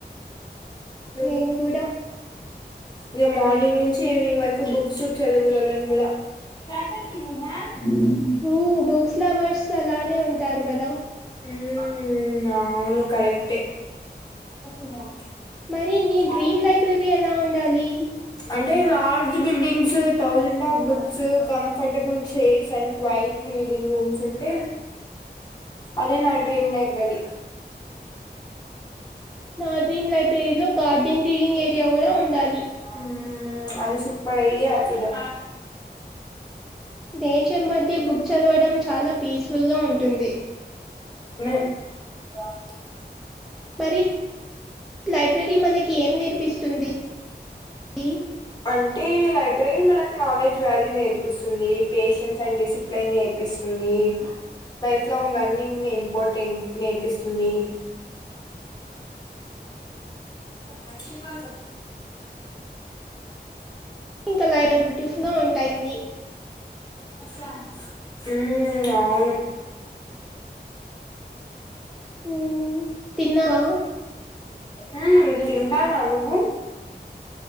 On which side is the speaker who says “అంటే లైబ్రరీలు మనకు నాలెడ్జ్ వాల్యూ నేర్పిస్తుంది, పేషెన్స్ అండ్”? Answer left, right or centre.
Left